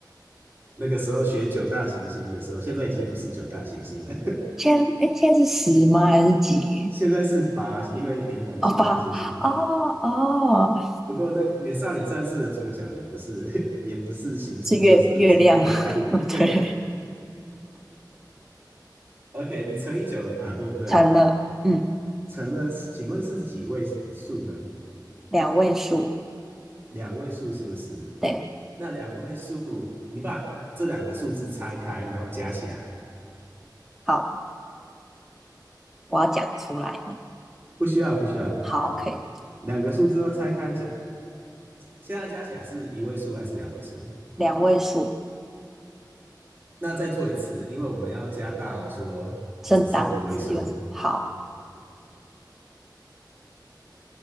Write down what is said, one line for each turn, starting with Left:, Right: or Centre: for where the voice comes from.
Right: <laughs> 那个时候学九大行星的时候，现在已经不是九大行星了，
Centre: 现在哎，诶现在是十吗？还是几？
Right: <laughs> 现在是八，因为冥王星不是星。
Centre: 哦，八哦哦，
Right: 不过那个《美少女战士》的主角也不是 <laughs> 也不是行星，
Centre: 是月月亮，
Right: 就是了是月亮。
Centre: <laughs>
Right: <laughs> 对
Centre: 对，
Right: ，OK，你乘以九了嘛，对不对？
Centre: 成了，嗯，
Right: 成了，请问是几位数呢？
Centre: 两位数，
Right: 两位数是不是？
Centre: 对，
Right: 那两位数，你把这两个数字拆开，然后加起来，
Centre: 好，我要讲出来嗯，
Right: 不需要，不需要，
Centre: 好，可以，
Right: 两个数字都拆开加，现在加起来是一位数还是两位数？
Centre: 两位数，
Right: 那再做一次，因为我们要加到说只剩一位数
Centre: 正当的字又是好，